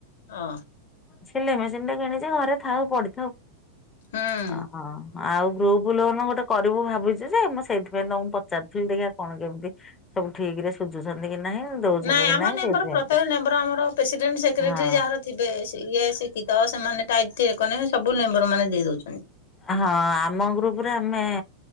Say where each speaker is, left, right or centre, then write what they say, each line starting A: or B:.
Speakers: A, on the left; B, on the left.
A: ଅ
B: ସିଲେଇ ମେସିନି ଟେ କିଣିଚି ଘରେ ଥାଉ ପଡିଥାଉ
A: ହୁଁ।
B: ଅ ହଁ। ଆଉ ଗ୍ରୁପ ଲୋନ ଗୋଟେ କରିବୁ ଭାବିଚୁ ଯେ ମୁଁ ସେଇଥିପାଇଁ ତମ ପଚାରିଥିଲି ଦେଖିଆ କଣ କେମିତି ସବୁ ଠିକ ରେ ସୁଜୁଛନ୍ତି କି ନାହିଁ। ଦଉଛନ୍ତି
A: ନାଇଁ
B: କି
A: ଆମ
B: ନାହିଁ
A: ମେମ୍ବର
B: ସେଇଥିପାଇଁ
A: ପ୍ରତ୍ୟେକ ମେମ୍ବର ଆମର ପ୍ରେସିଡେଣ୍ଟ ସେକ୍ରେଟାରୀ
B: ହଁ
A: ଯାହାର ଥେ ସେ ଇଏ ଶିକ୍ଷିତ ତ ସେମାନେ ଟାଇଟ୍ <unintelligible> ସବୁ ମେମ୍ବର ମାନେ ଦେଇ ଦଉଛନ୍ତି।
B: ହଁ ଆମ ଗ୍ରୁପରେ ଆମେ